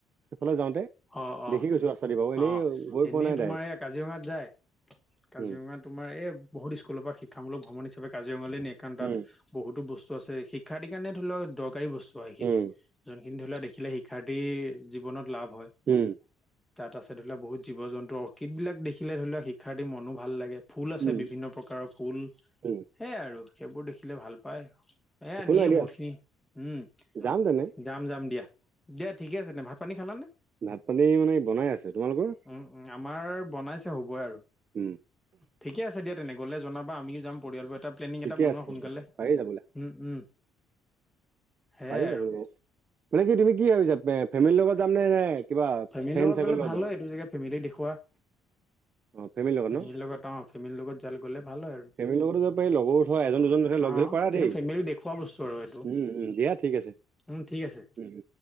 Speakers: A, on the right (about 35°); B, in the centre.
A: সেইফালে যাওঁতে
B: অ অ
A: দেখি গৈছো ৰাস্তা বাৰু এনেই
B: অ'
A: গৈ
B: এনেই
A: পোৱা নাই
B: তোমাৰ
A: ডাইৰেক্ট
B: এই কাজিৰঙাত যায়। কাজিৰঙা
A: উম
B: তোমাৰ এই বহুত স্কুলৰ পৰা শিক্ষামূলক ভ্ৰমণ হিচাপে কাজিৰঙালৈ নিয়ে, কাৰণ তাত
A: উম
B: বহুতো বস্তু আছে শিক্ষাৰ্থীৰ কাৰণে ধৰি লওক দৰকাৰী বস্তু। চোৱা সেইখিনি,
A: উম
B: যোনখিনি ধৰি লোৱা দেখিলে শিক্ষাৰ্থীৰ জীৱনত লাভ হয়।
A: উম
B: তাত আছে, ধৰি লোৱা বহুত জীৱ জন্তু অৰ্কিড বিলাক দেখিলে ধৰি লোৱা শিক্ষাৰ্থীৰ মনো ভাল লাগে। ফুল আছে,
A: উম
B: বিভিন্ন প্ৰকাৰৰ ফুল
A: উম।
B: সেয়াই আৰু সেইবোৰ দেখিলে ভাল পায়। এ
A: একো
B: নিয়ে
A: নাই দিয়া
B: বহুত খিনি, উম্,
A: যাম তেনে
B: যাম যাম দিয়া। দিয়া দিয়া ঠিকে আছে তেন্তে ভাত পানী মানে,
A: ভাত পানী মানে বনাই আছে তোমালোকৰ
B: উম্ উম্ আমাৰ বনাইছে হ'বই আৰু
A: উম
B: ঠিকে আছে দিয়া, তেনেহ'লে জনাবা আমিও যাম পৰিয়ালবোৰে এটা প্লেনিং
A: ঠিকে
B: এটা বনোৱা
A: আছে
B: সোনকালে,
A: ঠিকে আছে পাৰি যাবলৈ
B: উম্ উম্। সেয়াই
A: পাৰি
B: আৰু।
A: যাবলৈ বাৰু মানে কি তুমি কি ভাবিছা ফেমিলিৰ লগত
B: ফেমিলিৰ
A: যাম নে নে কিবা ফ্ৰেণ্ড
B: লগত
A: চাৰ্কলৰ
B: গ'লে ভাল
A: যাবা
B: হয়, এইটো জেগা ফেমিলি দেখুওৱা।
A: অ'ফেমিলিৰ লগত
B: ফেমিলিৰ
A: ন,
B: অ ফেমিলিৰ লগত জাল গ'লে ভাল হয় আৰু
A: ফেমিলিৰ লগতো যাব পাৰি লগৰো ধৰা এজন
B: লগৰ
A: দুজনহে লগ
B: অ
A: ধৰি পাৰা
B: কিন্তু
A: দেই,
B: ফেমিলি দেখুওৱা বস্তু আৰু এইটো
A: উম্ উম্ দিয়া। ঠিক আছে
B: উম ঠিক আছে
A: উম্।